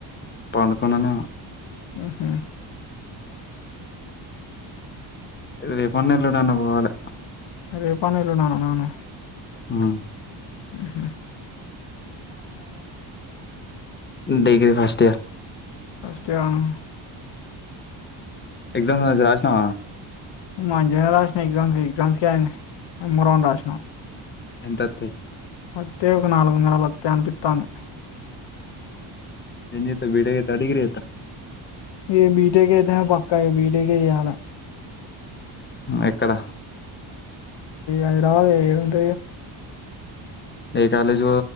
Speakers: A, on the left (about 25°); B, on the left (about 60°).
A: పండుకుడానే
B: ఆహా
A: రేపన్నల్లుడా అను పోవాలి
B: అరేపానేలు నాను నాను
A: మ్
B: ఉహ
A: డిగ్రీ ఫస్ట్ ఇయర్
B: ఫస్ట్ కాను
A: ఎక్జామ్ రాష్నా
B: మా అంజనీర్ రాసినా ఎగ్జామ్స్ ఎగ్జామ్స్కి ఆయ మూ రోండ్ రాసినాం
A: ఎంత వత్తయి
B: ఒే ఒక ఒక నాలుగుందల ట్ట అనుపిట్టాను
A: ఏం చేత్తవ్ బీటెక్ చేత్తవా డిగ్రీ
B: ఏ బిటే కతే ప కైబీటకిదా
A: ఎక్కడ
B: అది రా ఏంట
A: ఏ కాలజ